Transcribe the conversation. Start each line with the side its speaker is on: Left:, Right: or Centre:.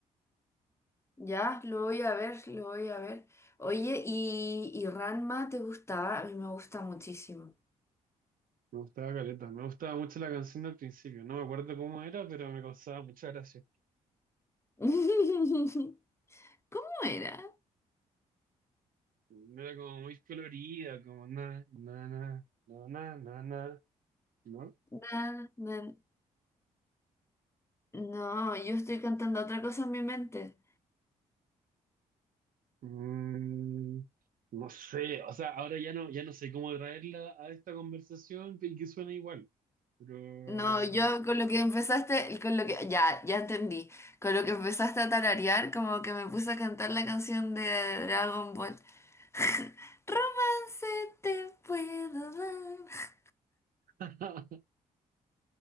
Left: Ya, lo voy a ver, lo voy a ver. Oye, ¿y, y Ranma te gustaba? A mí me gusta muchísimo.
Right: me gustaba caleta. Me gustaba mucho la canción del principio. No me acuerdo cómo era, pero me causaba mucha gracia.
Left: <laughs> ¿Cómo era?
Right: No Era como muy colorida, como na, na, na, na, na, na, na. ¿no?
Left: Na, na- no, yo estoy cantando otra cosa en mi mente.
Right: Mm, no sé, o sea, ahora ya no, ya no sé cómo traerla a esta conversación y que suene igual, pero
Left: No, yo con lo que empezaste, con lo que, ya, ya entendí. Con lo que empezaste a tararear, como que me puse a cantar la canción de Dragon Ball. <laughs> Romance te puedo dar.
Right: <laughs>